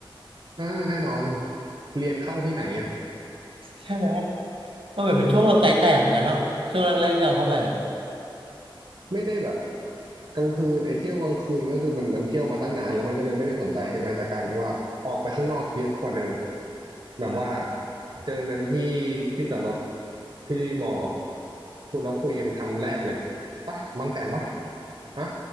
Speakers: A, on the right (about 60°); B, on the right (about 80°).
A: อ่าแน่นอนเรียนเข้าที่ไหนอะ
B: ใช่ไหมมันเหมือนเป็นช่วงเราใจแตกเหมือนกันเนาะช่วงแรกๆที่เราเข้าไปอ่ะ
A: ไม่ได้แบบกลางคืนไอ้เที่ยวกลางคืนก็คือมันมันเที่ยวมาตั้งนานแล้วมันก็เลยไม่ได้สนใจใช่ไหมแต่กลายเป็นว่าออกไปข้างนอกเยอะกว่าเดิมแบบว่า
B: ฮะ
A: เจอกันที่ที่จอดรถที่มอพูดแล้วคุยกันคำแรกเลยปะบางแสนปะฮะ